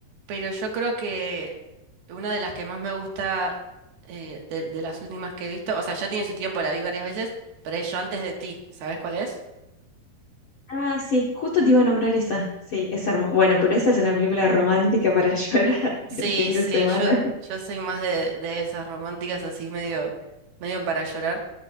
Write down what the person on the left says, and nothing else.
Ah, sí, justo te iba a nombrar esa. Sí, es hermosa. Bueno, pero esa es una película romántica para <laughs> llorar
el fin
de semana.